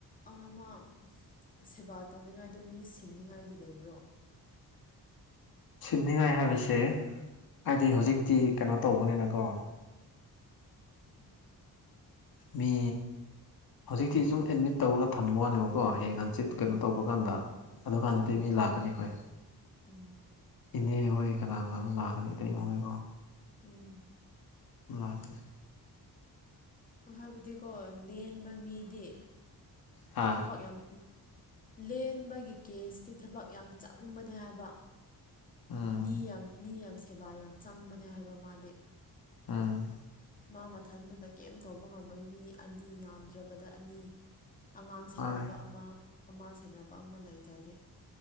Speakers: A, on the left; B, on the left.
A: ꯑꯃ ꯁꯦꯕꯥ ꯇꯧꯅꯤꯡꯉꯥꯏꯗꯣ ꯃꯤ ꯁꯤꯟꯅꯤꯉꯥꯏꯗꯤ ꯂꯩꯕ꯭ꯔꯣ
B: ꯁꯤꯟꯅꯤꯉꯥꯏ ꯍꯥꯏꯕꯁꯦ ꯑꯩꯗꯤ ꯍꯧꯖꯤꯛꯇꯤ ꯀꯩꯅꯣ ꯇꯧꯕꯅꯦꯅꯀꯣ ꯃꯤ ꯍꯧꯖꯤꯛꯇꯤ ꯁꯨꯝ ꯑꯦꯗꯃꯤꯠ ꯇꯧꯔꯒ ꯊꯝꯕ ꯋꯥꯅꯦꯕꯀꯣ ꯍꯌꯦ ꯍꯟꯆꯤꯠ
A: ꯎꯝ
B: ꯀꯩꯅꯣ ꯇꯧꯕ ꯀꯥꯟꯗ ꯑꯗꯨꯀꯥꯟꯗꯗꯤ
A: ꯎꯝ
B: ꯃꯤ ꯂꯥꯛꯀꯅꯤ ꯍꯣꯏ
A: ꯎꯝ
B: ꯏꯅꯦ ꯍꯣꯏ ꯀꯅꯥ ꯀꯅꯥ ꯂꯥꯛꯀꯅꯤ ꯏꯇꯩꯃ ꯍꯣꯏ
A: ꯎꯝ
B: ꯂꯀꯅꯤ
A: ꯍꯣꯏ ꯍꯥꯏꯕꯗꯤꯀꯣ ꯂꯦꯟꯕ ꯃꯤꯗꯤ
B: ꯍꯥ
A: ꯊꯕꯛ ꯌꯥꯝ ꯂꯦꯟꯕꯒꯤ ꯀꯦꯁꯇꯤ ꯊꯕꯛ ꯌꯥꯝ ꯆꯪꯕꯅꯦ ꯍꯥꯏꯕ
B: ꯎꯝ
A: ꯃꯤ ꯌꯥꯝ ꯃꯤ ꯌꯥꯝ ꯁꯦꯕꯥ ꯌꯥꯝ ꯆꯪꯕꯅꯦ ꯍꯥꯏꯕ ꯃꯥꯗꯤ
B: ꯑꯝ
A: ꯃꯥ ꯃꯊꯟꯇꯅ ꯀꯦꯝꯝ ꯇꯧꯕ ꯉꯝꯃꯣꯏ ꯃꯤ ꯑꯅꯤ ꯌꯥꯝꯗ꯭ꯔꯕꯗ ꯑꯅꯤ ꯑꯉꯥꯡ ꯁꯦꯟꯅꯕ
B: ꯃꯥꯅꯦ
A: ꯑꯃ ꯑꯃ ꯁꯦꯟꯅꯕ ꯑꯃ ꯂꯩꯇ꯭ꯔꯗꯤ